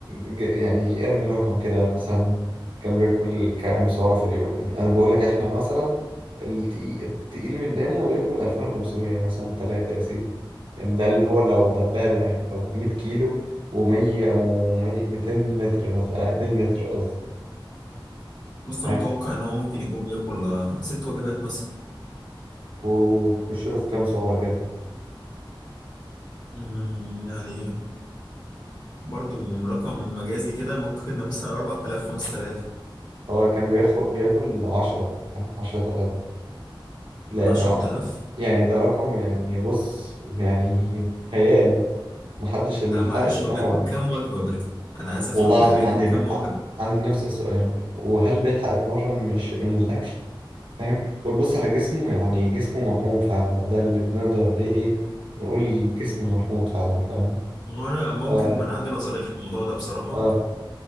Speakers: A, on the right; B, on the left.
A: ج- يعني ارمي رقم كده مثلا كم بياكل كام سعرة في اليوم يعني انا بقول لك احنا مثلا التقيل, التقيل مننا بياكل 2500 مثلا ثلاثة يا سيدي يعني ده اللي هو لو دبابة يعني لو 100 كيلو و100 و200 متر مثلا 2 متر قصدي
B: بص
A: فاهم؟
B: أنا متوقع إن هو ممكن يكون بياكل آه، ست وجبات مثلا
A: وتخش له في كام سعرة كده
B: أمم، يعني برضو رقم مجازي كده ممكن مثلا 4000 5000
A: هو كان بياخد بياكل 10 فاهم 10000 لأنه
B: 10000
A: يعني ده رقم يعني بص يعني خيال محدش الحرق
B: لا معلش
A: بتاعه
B: هو بياكل كام وجبة بس أنا عايز أفهم
A: والله العظيم
B: هو بياكل
A: عندي
B: كام
A: ن-
B: وجبة
A: عندي نفس السؤال وهل بيلحق يتمرن مش من الأكل فاهم وتبص على جسمه يعني جسمه ملحوظ فعلا بقى ده اللي نقدر عليه إيه نقول جسم ملحوظ فعلا فاهم
B: وأنا ممكن
A: آه
B: من عندي نظرية في الموضوع ده بصراحة
A: آه